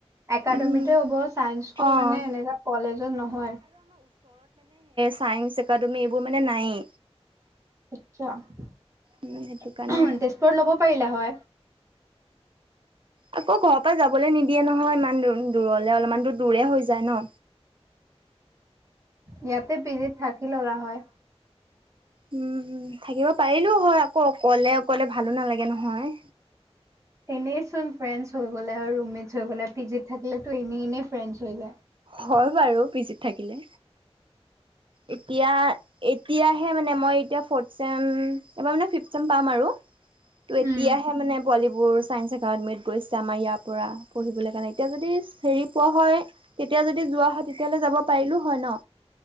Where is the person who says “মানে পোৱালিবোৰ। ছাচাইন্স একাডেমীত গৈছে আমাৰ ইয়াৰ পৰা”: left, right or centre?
Right